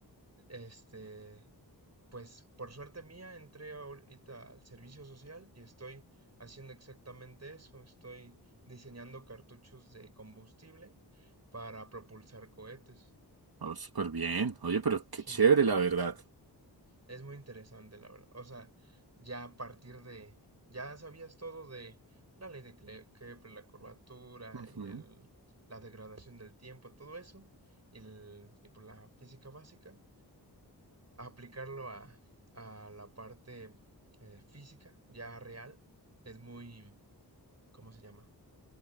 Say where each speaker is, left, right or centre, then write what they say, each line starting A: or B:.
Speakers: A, on the right; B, on the right.
A: este, pues por suerte mía entré ahorita al servicio social y estoy haciendo exactamente eso, estoy diseñando cartuchos de combustible para propulsar cohetes.
B: Oh, súper bien. Oye, pero qué
A: Sí.
B: chévere, la verdad.
A: Es muy interesante, la verdad. O sea, ya a partir de, ya sabías todo de la ley de Cle- Kepler, la curvatura,
B: Ujú.
A: el- la degradación del tiempo, todo eso, el- y por la física básica, a aplicarlo a, a la parte eh, física, ya real, es muy, ¿cómo se llama?